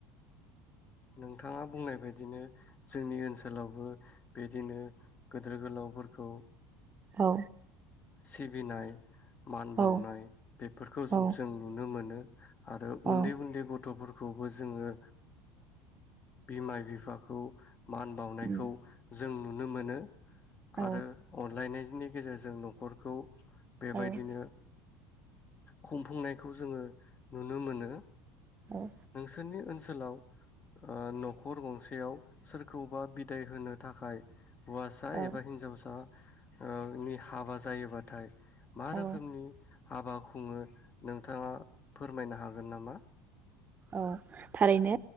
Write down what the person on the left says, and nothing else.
नोंथाङा बुंनाय बायदिनो जोंनि ओनसोलावबो बिदिनो गोदोर गोलावफोरखौ
सिबिनाय मान
बावनाय बेफोरखौ
जों नुनो मोनो <inaudible> आरो
उन्दै उन्दै गथ'फोर खौबो जोङो बिमा बिफाखौ मान बावनायखौ
जों जों नुनो मोनो।
आरो अनलायनाय नि गेजेरजों न नखरखौ बेबायदिनो
खुंफुंनायखौ जोङो नुनो मोनो।
नोंसोरनि ओनसोलाव ओ नखर गंसेयाव सोरखौबा बिदाय होनो थाखाय हौवासा
एबा हिन्जावसा ओ नि हाबा जायोबाथाय मा
रोखोमनि हाबा खुङो नोंथाङा फोरमायनो हागोन नामा?